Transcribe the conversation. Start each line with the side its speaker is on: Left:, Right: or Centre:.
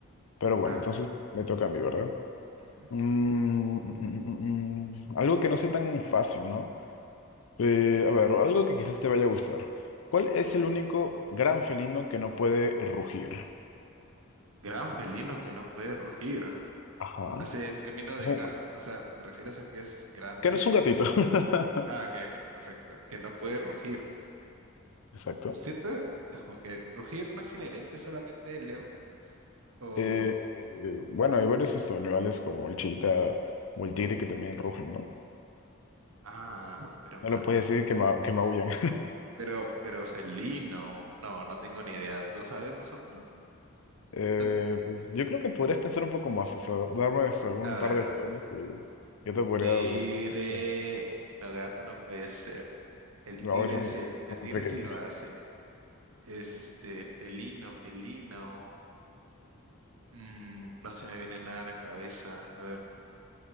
Left: Pero bueno,
Right: Claro.
Left: entonces me toca a mí, ¿verdad?
Right: Ujú.
Left: Mm, mm, mm, mm. mm. algo que no sea tan fácil, ¿no? Eh, a ver, algo que quizás te vaya a gustar. ¿Cuál es el único gran felino que no puede rugir?
Right: Gran felino que no puede rugir.
Left: Ajá.
Right: Hace término
Left: Es
Right: de
Left: un-
Right: gran, o sea, ¿te refieres a que es grande?
Left: que no es un gatito. <laughs>
Right: Ah, ok, ok, perfecto. Que no puede rugir.
Left: Exacto.
Right: Siento como que rugir no es inherente solamente del león o...
Left: Eh, eh, bueno, hay varios estos animales como el cheetah o el tigre que también rugen, ¿no?
Right: Ah, pero ma...
Left: No le puedes decir que, ma- que maullan.
Right: Pero, pero felino. No, no tengo ni idea. ¿Tú sabes más o menos?
Left: Eh,
Right: Ta-
Left: pues yo creo que podrías pensar un poco más, o sea, darme hasta algún
Right: A
Left: par
Right: ver.
Left: de opciones y yo te podría
Right: Tigre.
Left: decir. bueno,
Right: No, gato no puede ser. El
Left: No,
Right: tigre
Left: son,
Right: sí, el, el
Left: son
Right: tigre
Left: muy pequeñas.
Right: sí lo hace. Este, felino, felino. Mm, no se me viene nada a la cabeza. A ver.